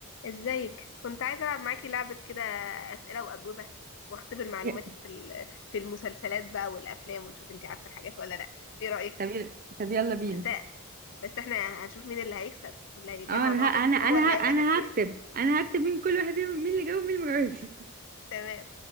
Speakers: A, on the left (about 55°); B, on the right (about 40°).
A: ازيك كنت عايزة ألعب معاكي لعبة كده أسئلة وأجوبة واختبر معلوماتك
B: ي-
A: في ال- في المسلسلات بقى والأفلام ونشوف انتي عارفة الحاجات ولا لأ ايه رأيك
B: طب يل- طب يلا بينا
A: بس بس احنا هنشوف مين اللي هيكسب واللي هيجمع
B: اه انا
A: نقط
B: ه...
A: أكتر
B: انا انا
A: هو اللي
B: ه...
A: هيبقى
B: انا
A: كسبان
B: هكتب انا هكتب مين كل واحد فيهم مين اللي جاوب ومين اللي ما جاوبش
A: <laughs> تمام